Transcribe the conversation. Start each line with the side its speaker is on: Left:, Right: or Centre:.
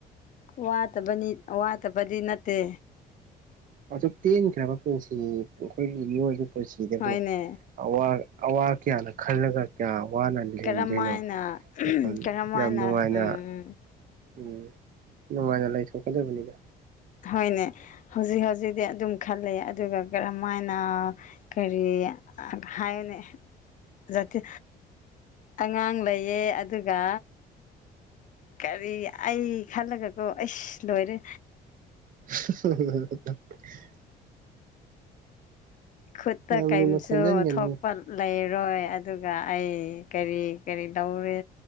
Left: ꯋꯥꯇꯕꯅꯤ ꯋꯥꯇꯕꯗꯤ ꯅꯠꯇꯦ
Right: ꯑꯗꯨꯛ ꯇꯦꯟꯈ꯭ꯔꯕ ꯄꯨꯟꯁꯤꯅꯤ ꯑꯩꯈꯣꯏꯒꯤ ꯃꯤꯑꯣꯏꯕ ꯄꯨꯟꯁꯤꯗꯕꯨ
Left: ꯍꯣꯏꯅꯦ
Right: ꯑꯋꯥ ꯑꯋꯥ ꯀꯌꯥꯅ ꯈꯜꯂꯒ ꯀꯌꯥ ꯋꯥꯅ ꯂꯤꯡꯗꯣꯏꯅꯣ
Left: ꯀꯔꯝ ꯍꯥꯏꯅ
Right: ꯌꯥꯝ
Left: ꯀꯔꯝ ꯍꯥꯏꯅ
Right: ꯌꯥꯝ ꯅꯨꯡꯉꯥꯏꯅ
Left: ꯎꯝ
Right: ꯎꯝ ꯅꯨꯡꯉꯥꯏꯅ ꯂꯩꯊꯣꯛꯀꯗꯕꯅꯤꯗ
Left: ꯍꯣꯏꯅꯦ ꯍꯧꯖꯤꯛ ꯍꯧꯖꯤꯛꯇꯤ ꯑꯗꯨꯝ ꯈꯜꯂꯦ ꯑꯗꯨꯒ ꯀꯔꯝꯃꯥꯏꯅ ꯀꯔꯤ ꯑ ꯍꯥꯏꯅꯤ ꯖꯇꯤ ꯑꯉꯥꯡ ꯂꯩꯌꯦ ꯑꯗꯨꯒ ꯀꯔꯤ ꯑꯩ ꯈꯜꯂꯒꯀꯣ ꯑꯩꯁ ꯂꯣꯏꯔꯦ
Right: <unintelligible>
Left: ꯈꯨꯠꯇ
Right: ꯌꯥꯝ
Left: ꯀꯩꯝꯁꯨ
Right: ꯂꯨꯅ ꯈꯟꯖꯤꯟꯒꯅꯨ
Left: ꯊꯣꯛꯄꯟ ꯂꯩꯔꯣꯏ ꯑꯗꯨꯒ ꯑꯩ ꯀꯔꯤ ꯀꯔꯤ ꯇꯧꯔꯤ